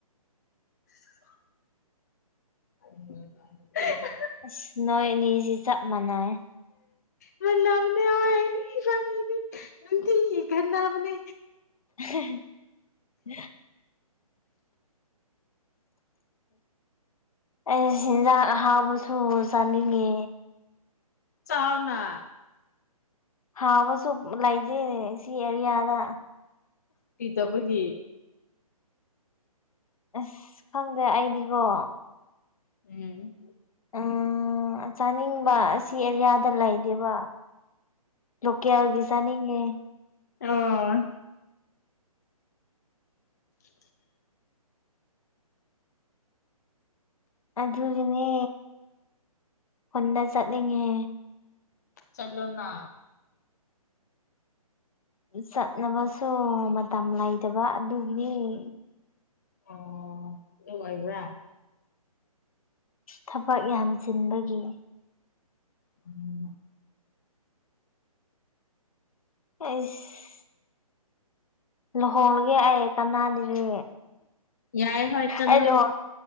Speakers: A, on the left; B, on the left.
A: <inaudible> <unintelligible>
B: ꯑꯁ ꯅꯣꯏ ꯑꯅꯤꯖꯤ ꯆꯞ ꯃꯥꯟꯅꯌꯦ꯫
A: ꯃꯅꯕꯅ‌ꯦ ꯍ‌ꯣꯏ ꯏꯕꯥꯅꯤꯗꯤ ꯅꯨꯇꯤꯒꯤ ꯈꯅꯕꯅꯦ꯫
B: <unintelligible> ꯑꯁ ꯍꯤꯟꯖꯥꯡ ꯑꯍꯥꯎꯕ ꯁꯨ ꯆꯥꯅꯤꯡꯉꯦ꯫
A: ꯆꯥꯎꯅꯥ꯫
B: ꯍꯥꯎꯕꯁꯨ ꯂꯩꯗ‌ꯦꯅꯦ ꯁꯤ ꯑꯦꯔꯤꯌꯥꯗ꯫
A: ꯀꯤꯗꯕꯒꯤ
B: ꯑꯁ ꯈꯪꯗꯦ ꯑꯩꯗꯤꯀꯣ꯫
A: ꯎꯝ꯫
B: ꯎꯝ_ ꯆꯥꯅꯤꯡꯕ ꯑꯁꯤ ꯑꯦꯔꯤꯌꯥꯗ ꯂꯩꯗꯦꯕ꯫ ꯂꯣꯀꯦꯜꯒꯤ ꯆꯥꯅꯤꯉꯦ꯫
A: <unintelligible> <inaudible>
B: ꯑꯗꯨꯒꯤꯅꯦ ꯈꯨꯟꯗ ꯆꯠꯅꯤꯡꯉꯦ꯫
A: ꯆꯠꯂꯣꯅ꯫
B: ꯆꯠꯅꯕꯁꯨ ꯃꯇꯝ ꯂꯩꯇꯕ ꯑꯗꯨꯒꯤꯅ‌ꯦ꯫
A: ꯑꯣ ꯑꯗꯨ ꯑꯣꯏꯕ꯭ꯔꯥ꯫
B: ꯊꯕꯛ ꯌꯥꯝ ꯆꯤꯟꯕꯒꯤ꯫
A: <inaudible>
B: ꯑꯩꯁ_ _ ꯂꯨꯍꯣꯡꯉꯒꯦ ꯑꯩ ꯀꯅꯥꯂꯤꯔꯤ
A: ꯌꯥꯏ ꯍꯣꯏ ꯆꯠꯂꯣ
B: ꯑꯩ ꯂꯨꯍꯣꯡ